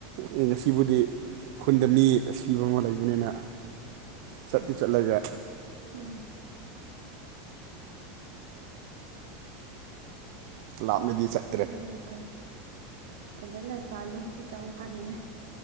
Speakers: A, on the right; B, on the right.
A: ꯑꯦ ꯉꯁꯤꯕꯨꯗꯤ ꯈꯨꯟꯗ ꯃꯤ ꯑꯁꯤꯕ ꯑꯃ ꯂꯩꯕꯅꯤꯅ ꯆꯠꯇꯤ ꯆꯠꯂꯒ
B: ꯎꯝ ꯍꯨꯝ
A: ꯂꯥꯞꯅꯗꯤ ꯆꯠ
B: ꯐꯩꯌꯦ ꯐꯩ ꯐꯖꯅ ꯁꯥꯅꯧ ꯍꯛꯆꯥꯡ ꯐꯥꯅꯤꯡꯉꯥꯏ